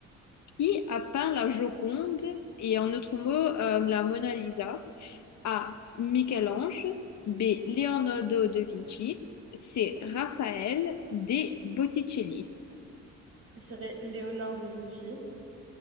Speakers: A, on the left (about 65°); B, on the right (about 45°).
A: Qui a peint la Joconde et en autre mot, euh, la Mona Lisa? A. Michel-Ange. B. Leonardo da Vinci. C. Raphaël. D. Botticelli.
B: J'irais Léonard de Vinci.